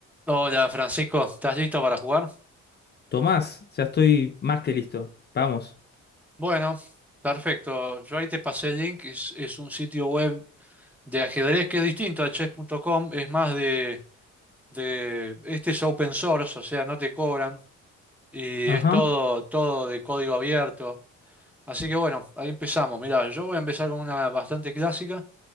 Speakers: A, in the centre; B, on the left (about 35°).
A: Hola Francisco, ¿estás listo para jugar?
B: Tomás, ya estoy más que listo. Vamos.
A: Bueno, perfecto. Yo ahí te pasé el link, es, es un sitio web de ajedrez que es distinto a chess.com, es más de, de... Este es open source, o sea, no te cobran y
B: Ajá.
A: es todo, todo de código abierto. Así que bueno, ahí empezamos. Mirá, yo voy a empezar con una bastante clásica.